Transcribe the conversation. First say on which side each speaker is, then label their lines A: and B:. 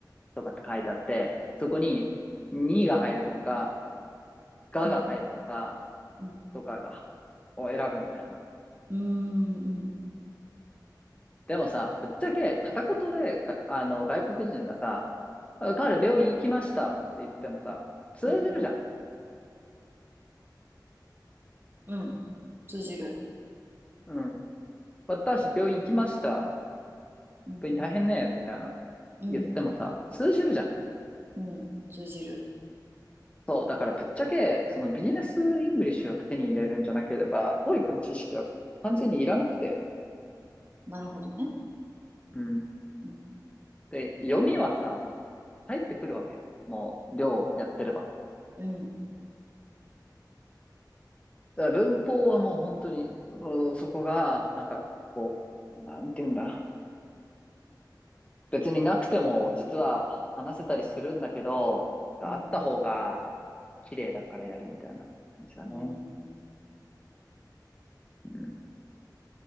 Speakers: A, on the left (about 15°); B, on the right (about 30°).
A: とかって書いてあって、そこににが入るのか、がが入るのか
B: うん。うん。
A: とかが、を選ぶみたいな。
B: うーん。うん。
A: でもさ、ぶっちゃけ片言でが、あの、外国人がさ、彼病院行きましたって言ってもさ、通じるじゃん。
B: うん。うん。通じる。
A: うん。私、病院来ました。
B: うん。
A: 病院大変ね。みたいな。
B: うん。
A: 言ってもさ、通じるじゃん。
B: うん。通じる。
A: そう。だからぶっちゃけ、そのビジネスイングリッシュを手に入れるんじゃなければ、t o e の知識は完全にいらなくて。
B: なるほどね。
A: うん。
B: うん、
A: で、読みはさ、入ってくるわけ。もう、量をやってれば。
B: うん、
A: だから文法はもう本当に、うんそこが、なんか、こう、なんて言うんだ。別になくても、実は話せたりするんだけど、なんかあった方が
B: うん、
A: 綺麗だからやるみたいな感じだね。
B: うん。なるほど。
A: うん